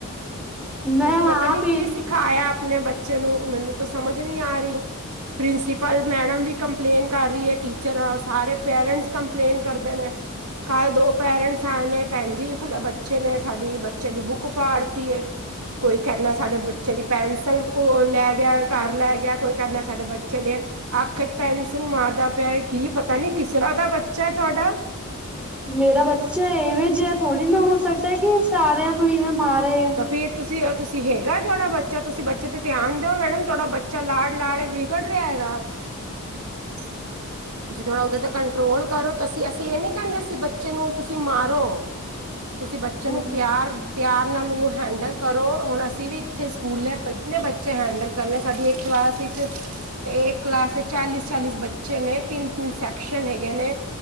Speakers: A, in the centre; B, on the right.
A: ਮੈਂ
B: ਤੁਸੀਂ ਪਤਾ
A: ਆਪ
B: ਨੀ ਕੀ ਸਿਖਾਇਆ। ਆਪਣੇ ਬੱਚੇ ਨੂੰ ਮੈਨੂੰ ਤਾਂ ਸਮਝ ਜ ਨੀ ਆ ਰਹੀ। ਪ੍ਰਿੰਸੀਪਲ ਮੈਡਮ ਵੀ ਕੰਪਲੇਂਨ ਕਰ ਰਹੀ ਏ। ਟੀਚਰ ਸਾਰੇ ਪੇਰੈਂਟਸ ਕੰਪਲੇਂਨ ਕਰਦੇ ਨੇ। ਕੱਲ੍ਹ ਦੋ ਪੇਰੈਂਟਸ ਆਏ ਨੇ। ਭੈਣ ਜੀ ਫ ਬੱਚੇ ਨੇ ਸਾਡੀ ਬੱਚੇ ਦੀ ਬੁੱਕ ਫਾੜਤੀ ਏ। ਕੋਈ ਕਹਿੰਦਾ ਸਾਡੇ ਬੱਚੇ ਦੀ ਪੈਨਸਿਲ ਕੋ ਲੈ ਗਿਆ ਘਰ। ਲੈ ਗਿਆ ਕੋਈ ਕਹਿਦਾ। ਸਾਡੇ ਬੱਚੇ ਦੇ ਅੱਖ ਚ ਪੈਨਸਿਲ ਮਾਰਦਾ ਪਿਆ ਐ। ਕੀ ਪਤਾ ਨੀ ਕਿਸਤਰ੍ਹਾ ਦਾ ਬੱਚਾ ਐ ਤੁਹਾਡਾ।
A: ਮੇਰਾ ਬੱਚਾ ਏਵੇਂ ਜਿਹਾ ਥੋੜ੍ਹੀ ਨਾ ਹੋ ਸਕਦਾ‌ ਐ ਕਿ ਓ ਸਾਰਿਆਂ ਨੂੰ ਇਵੇਂ ਮਾਰੇ
B: ਤਾਂ ਫੇਰ ਤੁਸੀਂ ਆ ਤੁਸੀਂ ਹੈਗਾ ਤੁਹਾਡਾ ਬੱਚਾ ਤੁਸੀਂ ਬੱਚੇ ਤੇ ਧਿਆਨ ਦਿਓ। ਮੈਡਮ ਤੁਹਾਡਾ ਬੱਚਾ ਲਾਡ-ਲਾਡ ਵਿਚ ਵਿਗੜ ਰਿਆ ਹੈਗਾ। <unintelligible> ਤੁਸੀ ਥੋੜਾ ਓਦੇ ਤੇ ਕੰਟਰੋਲ ਕਰੋ। ਅਸੀ-ਅਸੀ ਏਹ ਨੀ ਕਹਿੰਦੇ ਸੀ ਬੱਚੇ ਨੂੰ ਤੁਸੀ ਮਾਰੋ। ਤੁਸੀ ਬੱਚੇ
A: ਹਮ
B: ਨੂੰ ਪਿਆਰ-ਪਿਆਰ ਨਾਲ ਉਨੂੰ ਹੈਂਡਲ ਕਰੋ। ਹੁਣ ਅਸੀਂ ਵੀ ਇੱਥੇ ਸਕੂਲੇ ਕਿੰਨੇ ਬੱਚੇ ਹੈਂਡਲ ਕਰਨੇ ਸਾਡੀ ਏਕ ਕਲਾਸ ਵਿੱਚ ਏਕ ਕਲਾਸ ਚ ਚਾਲੀਸ-ਚਾਲੀਸ ਬੱਚੇ ਨੇ। ਤਿੰਨ-ਤਿੰਨ ਸੈਕਸ਼ਨ ਹੈਗੇ ਨੇ।